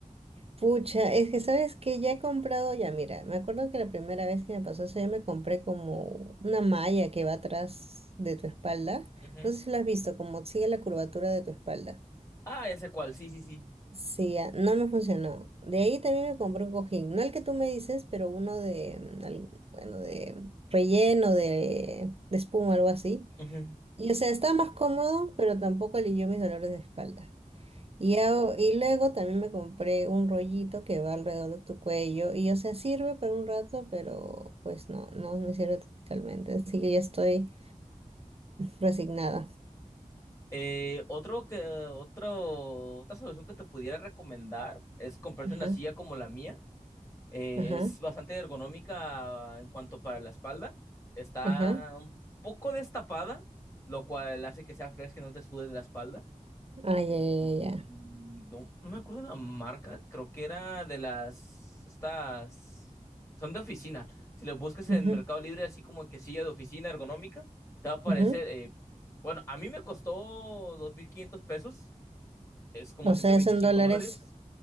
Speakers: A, on the right; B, on the left.
A: Pucha, es que sabes que ya he comprado, ya mira, me acuerdo que la primera vez que me pasó eso, ya me compré como una malla que va atrás de tu espalda.
B: <laughs> Ujú.
A: No sé si lo has visto, como sigue la curvatura de tu espalda.
B: Ah, ya sé cuál, sí, sí, sí.
A: Sí, ah, no me funcionó. De ahí también me compré un cojín, no el que tú me dices, pero uno de, mm, al- bueno, de relleno, de, de espuma, algo así.
B: Ujú.
A: Y o sea, está más cómodo, pero tampoco alivió mis dolores de espalda. Y, hago- y luego también me compré un rollito que va alrededor de tu cuello. Y o sea, sirve para un rato, pero pues no, no me sirve totalmente. Así que ya estoy resignada.
B: Eh, otro que, otro, otra solución que te pudiera recomendar es comprarte
A: Ajá,
B: una silla como la mía. Eh,
A: ajá,
B: es bastante ergonómica en cuanto para la espalda. Está
A: ajá.
B: un poco destapada, lo cual hace que sea fresca y no te sude de la espalda.
A: Ay,
B: Eh,
A: ya, ya,
B: no,
A: ya.
B: no me acuerdo la marca, creo que era de las, estas, son de oficina. Si lo buscas en
A: ya.
B: Mercado Libre, así como que silla de oficina ergonómica, te va a aparecer,
A: Ujú, ujú.
B: eh, bueno, a mí me costó 2.500 pesos, es como
A: O
B: ciento
A: sea,
B: veinticinco
A: son dólares.
B: dólares,